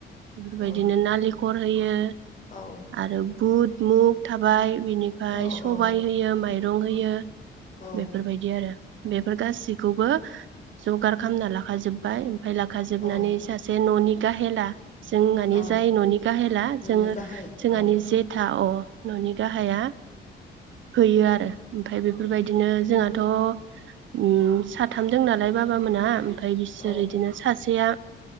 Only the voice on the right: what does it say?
बेफोरबायदिनो
नालिखर ओमफ्रायो
आरो बुट मुग थाबाय बिनिफ्राय
सबाइ
होयो माइरं होयो।
बेफोरबायदि आरो बेफोर गासिखौबो जगार खालामना लाखा जोबबाय ओमफाय लाखा जोबनानै
सासे न'नि गाहेला। जों माने
जाय न'नि गाहेला
जोंङ
जोंहानि
जेथा अ न'नि गाहाया हैयो आरो ओमफाय बेफोरबायदिनो जोंहाथ' उम साथाम दों नालाय बाबामोना ओमफाय बिसोर
इदिनो सासेया